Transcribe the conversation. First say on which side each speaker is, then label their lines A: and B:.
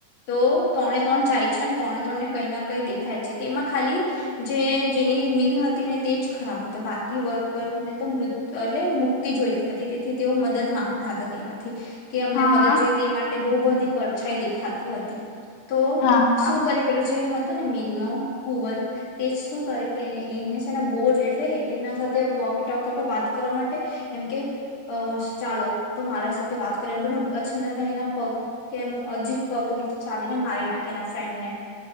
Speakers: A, on the left; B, on the left.
A: તો ત્રણે ત્રણ જાય છે ને ત્રણે ત્રણને કઈ કઈ દેખાય છે તેમાં ખાલી જે જેની મિલ હતી ને તે જ ખરાબ હતી. તો બાકી વર્કરને તો મૃત એટલે મુક્તિ જોઈતી હતી તેથી તેઓ મદદ માંગતા હતા તેનાથી. કે અમને
B: હા
A: મદદ જોઈએ તે માટે બઉુ બધી પરડછાઈ દેખાતી હતી. તો
B: હા હા
A: શું કરી પડ્યું છે. ને મિલ ન કુવર તેજ શું કરે કે એને છે ને બહ જ એ એના સાથે વોકે ટોક વાત કરવા માટે એમ કે ચાલો તો મારા સાથે વાત કર એમ કોને અછન એના પગ એમ અજીબ પગ રીતે ચાલીને મારી નાખે એના ફ્રેન્ડને